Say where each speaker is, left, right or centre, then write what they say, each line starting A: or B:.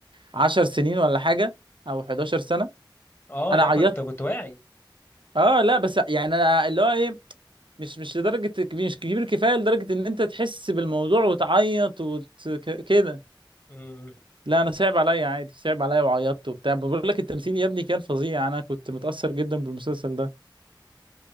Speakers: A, on the right; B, on the left.
A: 10 سنين ولا حاجه او 11 سنه
B: اه
A: انا
B: لا
A: عيطت
B: كنت كنت واعي
A: اه لا بس يعني انا اللي هو ايه مش مش لدرجه كبير مش كبير كفايه لدرجه ان انت تحس بالموضوع وتعيط وت... ك- كده
B: مم.
A: لا انا صعب عليا عادي صعب عليا وعيطت وبتاع بقول لك التمثيل يا ابني كان فظيع انا كنت متاثر جدا بالمسلسل ده